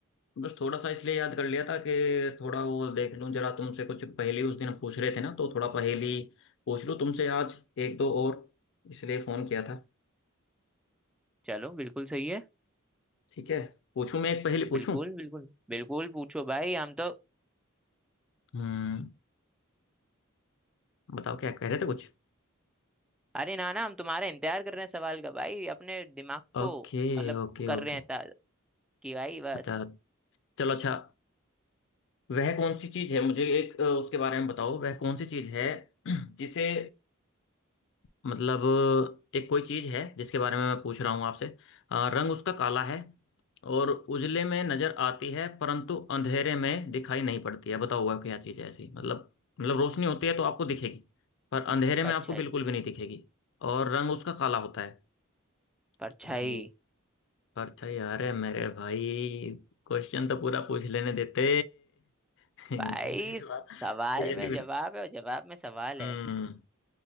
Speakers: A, on the left (about 60°); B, in the centre.
A: बस थोड़ा सा इसलिए याद कर लिया था कि थोड़ा वो देख लूं जरा तुमसे कुछ पहेली उस दिन पूछ रहे थे ना तो थोड़ा पहेली पूछ लूं तुमसे आज एक दो और इसलिए फोन किया था
B: चलो बिल्कुल सही है
A: ठीक है पूछूं मैं एक पहेली पूछूं
B: बिल्कुल बिल्कुल बिल्कुल पूछो भाई हम तो
A: हम्म बताओ क्या कह रहे थे कुछ
B: अरे ना ना हम तुम्हारा इंतजार कर रहे हैं सवाल का भाई अपने दिमाग
A: ओके
B: को मतलब
A: Okay
B: वो कर
A: okay
B: रहे हैं ताज़ कि भाई बस
A: अच्छा चलो अच्छा वह कौन सी चीज है मुझे एक अ, उसके बारे में बताओ वह कौन सी चीज है <clears throat> जिसे मतलब एक कोई चीज है जिसके बारे में मैं पूछ रहा हूँ आपसे अ, रंग उसका काला है और उजले में नजर आती है परंतु अंधेरे में दिखाई नहीं पड़ती है बताओ वह क्या चीज है ऐसी मतलब मतलब रोशनी होती है तो आपको दिखेगी पर अंधेरे में
B: परछाई
A: आपको बिल्कुल भी नहीं दिखेगी और रंग उसका काला होता है तो
B: परछाई
A: परछाई अरे मेरे भाई क्वेश्चन तो पूरा पूछ लेने देते <laughs> इंग्लिश
B: भाई
A: वाला
B: सवाल
A: तैयारी
B: में
A: भी-
B: जवाब है और जवाब में सवाल
A: हम्म
B: है